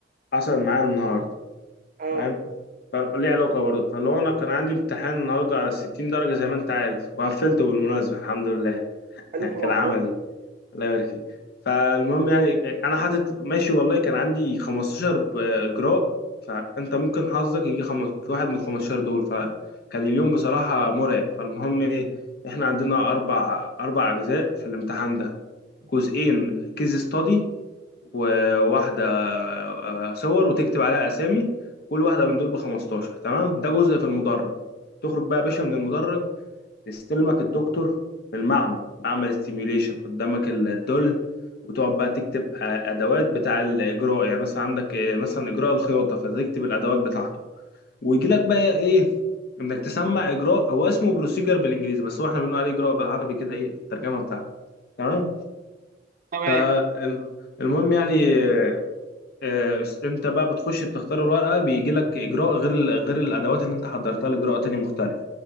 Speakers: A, on the left (about 55°); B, on the right (about 50°).
A: حصل معايا النهارده
B: اه
A: فاهم فليه علاقه برضه فاللي هو انا كان عندي امتحان النهارده على 60 درجه زي ما انت عارف وقفلته بالمناسبه الحمد لله <laughs>
B: الف مبروك
A: كان عملي الله يبارك فيك فالمهم يعني انا حاطط ماشي والله كان عندي 15 ب- اجراء فانت ممكن حظك يجي خمس في واحد من ال 15 دول فكان اليوم بصراحة مرعب فالمهم ايه احنا عندنا اربع اربع اجزاء في الامتحان ده جزئين كيس ستادي وواحدة آه، صور وتكتب عليها اسامي كل واحدة من دول ب 15 تمام ده جزء في المدرج تخرج بقى يا باشا من المدرج يستلمك الدكتور في المعمل معمل السيميوليشن قدامك الدول وتقعد بقى تكتب آه، ادوات بتاع الاجراء يعني مثلا عندك آه، مثلا اجراء الخياطه فتكتب الادوات بتاعته ويجي لك بقى ايه انك تسمع اجراء هو اسمه بروسيجر بالانجليزي بس هو احنا بنقول عليه اجراء بالعربي كده ايه بالترجمه بتاعته تمام
B: تمام
A: فالمهم يعني آه، انت بقى بتخش بتختار الورقه بيجي لك اجراء غير ال- غير الادوات اللي انت حضرتها لاجراء تاني مختلف